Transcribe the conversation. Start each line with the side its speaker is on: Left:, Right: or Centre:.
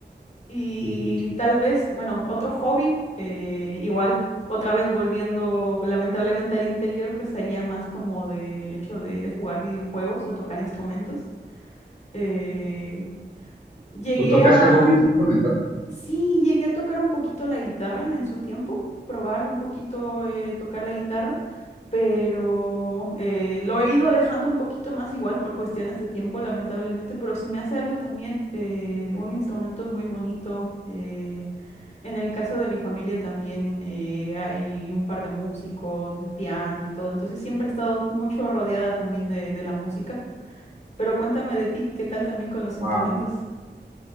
Left: Y
Right: Ujú.
Left: tal vez, bueno, otro hobby, eh, igual, otra vez volviendo lamentablemente al interior, pues sería más como del hecho de, de jugar videojuegos o tocar instrumentos. Eh, Llegué
Right: ¿Tú tocas
Left: a,
Right: algún instrumento?
Left: Sí, llegué a tocar un poquito la guitarra en su tiempo, probar un poquito eh, tocar la guitarra, pero eh, lo he ido dejando un poquito más igual por cuestiones de tiempo, lamentablemente, pero se me hace algo también, eh, un instrumento es muy bonito. eh, en el caso de mi familia también eh, hay un par de músicos, eh, piano y todo, entonces siempre he estado mucho rodeada también de, de la música, pero cuéntame de ti, ¿qué tal también con los instrumentos?
Right: Wow.